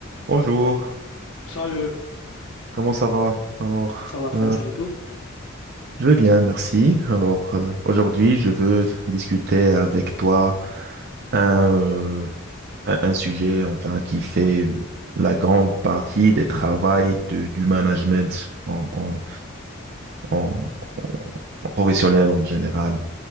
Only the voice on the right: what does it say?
Bonjour,
comment ça va? Alors,
euh,
je vais bien, merci. Alors, euh, aujourd'hui, je veux discuter avec toi un, euh, un sujet, enfin, qui fait euh, la grande partie des travails de- du management en, en, en professionnel en général,